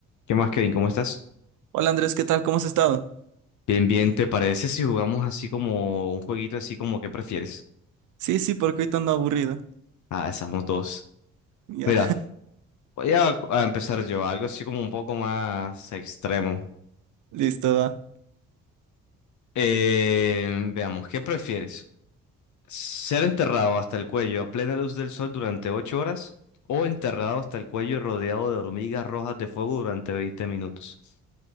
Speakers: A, on the left (about 70°); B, on the right (about 80°).
A: ¿Qué más, Kevin? ¿Cómo estás?
B: Hola Andrés, ¿qué tal? ¿Cómo has estado?
A: Bien, bien, ¿te parece si jugamos así como un jueguito así como qué prefieres?
B: Sí, sí, porque ahorita ando aburrido.
A: Ah, estamos dos.
B: Ya,
A: Mira, voy a, a empezar yo, algo así como un poco más extremo.
B: <laughs> listo, va.
A: Eh, veamos, ¿qué prefieres? ¿Ser enterrado hasta el cuello a plena luz del sol durante ocho horas? ¿O enterrado hasta el cuello rodeado de hormigas rojas de fuego durante veinte minutos?